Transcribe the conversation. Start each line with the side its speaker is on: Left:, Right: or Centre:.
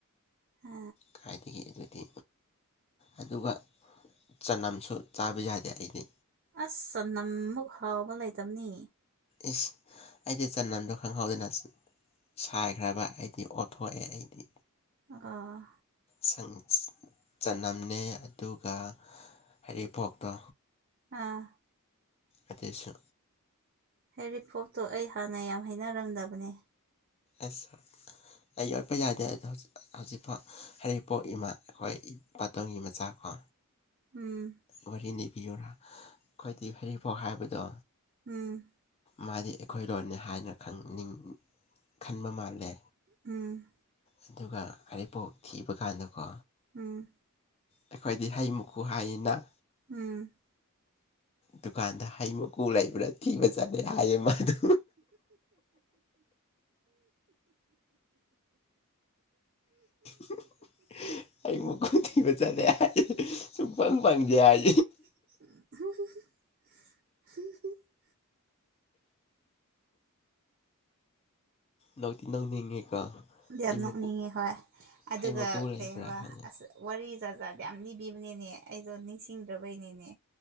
Right: ꯑ
Left: ꯀꯥꯏꯗꯒꯤ ꯑꯗꯨꯗꯤ ꯑꯗꯨꯒ ꯆꯅꯝꯁꯨ ꯆꯥꯕ ꯌꯥꯗꯦ ꯑꯩꯗꯤ
Right: ꯑꯁ ꯆꯅꯝ ꯃꯨꯛ ꯍꯥꯎꯕ ꯂꯩꯇꯕꯅꯤ
Left: ꯏꯁ ꯑꯩꯗꯤ ꯆꯅꯝꯗꯣ ꯈꯪꯍꯧꯗꯅ ꯁꯥꯏꯈ꯭ꯔꯕ ꯑꯩꯗꯤ ꯑꯣꯟꯊꯣꯛꯑꯦ ꯑꯩꯗꯤ
Right: ꯑꯣ
Left: ꯁꯪ ꯆꯅꯝꯅꯦ ꯑꯗꯨꯒ ꯍꯔꯤꯄꯣꯛꯇꯣ
Right: ꯑꯥ
Left: ꯑꯇꯩꯁꯨ
Right: ꯍꯦꯔꯤꯐꯣꯞꯇꯣ ꯑꯩ ꯍꯥꯟꯅ ꯌꯥꯝ ꯍꯩꯅꯔꯝꯗꯕꯅꯦ
Left: ꯑꯁ ꯑꯩ ꯌꯠꯄ ꯌꯥꯗꯦ ꯑꯗꯣ ꯍꯧꯖꯤꯛꯐꯥꯎ ꯍꯥꯏꯔꯤꯄꯣꯛ ꯏꯃꯥ ꯑꯩꯈꯣꯏ ꯄꯇꯣꯟꯒꯤ ꯃꯆꯥꯀꯣ
Right: ꯎꯝ
Left: ꯋꯥꯔꯤ ꯂꯤꯅꯤꯕꯤꯌꯨꯔꯥ ꯑꯩꯈꯣꯏꯗꯤ ꯐꯔꯤꯐꯥꯎ ꯍꯥꯏꯕꯗꯣ
Right: ꯎꯝ
Left: ꯃꯥꯗꯤ ꯑꯩꯈꯣꯏꯔꯣꯟꯅꯤ ꯍꯥꯏꯅ ꯈꯅꯤꯡ ꯈꯟꯕ ꯃꯥꯜꯂꯦ
Right: ꯎꯝ
Left: ꯑꯗꯨꯒ ꯍꯔꯤꯄꯣꯛ ꯊꯤꯕ ꯀꯥꯟꯗꯀꯣ
Right: ꯎꯝ
Left: ꯑꯩꯈꯣꯏꯗꯤ ꯍꯩ ꯃꯨꯈꯨ ꯍꯥꯏꯅ
Right: ꯎꯝ
Left: ꯗꯨꯀꯥꯟꯗ ꯍꯩ ꯃꯀꯨ ꯂꯩꯕ꯭ꯔꯥ ꯊꯤꯕ ꯆꯠꯂꯦ ꯍꯥꯏꯌꯦ ꯃꯥꯗꯨ <inaudible> ꯑꯩ ꯃꯀꯨ ꯊꯤꯕ ꯆꯗꯦ ꯍꯥꯏ ꯁꯨꯐꯪ ꯐꯪꯗꯦ ꯍꯥꯏ
Right: <inaudible>
Left: ꯅꯣꯛꯇꯤ ꯅꯣꯛꯅꯤꯡꯉꯦꯀꯣ
Right: ꯌꯥꯝ
Left: ꯍꯩ
Right: ꯅꯣꯛꯅꯤꯡꯉꯦ
Left: ꯃꯀꯨ
Right: ꯍꯣꯏ ꯑꯗꯨꯒ
Left: ꯍꯩ ꯃꯀꯨ ꯂꯩꯕ꯭ꯔꯥ
Right: ꯀꯩꯕ
Left: ꯍꯪꯉꯦ
Right: ꯑꯁ ꯋꯥꯔꯤꯖꯥ ꯖꯥꯠ ꯌꯥꯝ ꯂꯤꯅꯤꯕꯤꯕꯅꯦꯅꯦ ꯑꯩꯗꯣ ꯅꯤꯡꯁꯤꯡꯗ꯭ꯔꯕꯩꯅꯦꯅꯦ